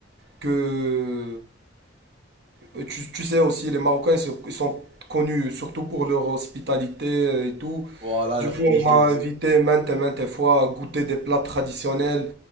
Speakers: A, on the right; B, on the right.
A: que euh, tu, tu sais aussi, les Marocains ils se- ils sont connus surtout pour leur hospitalité euh, et tout.
B: Voilà,
A: Du
B: leur
A: coup,
B: cuisine.
A: on m'a
B: si.
A: invité maintes et maintes fois à goûter des plats traditionnels.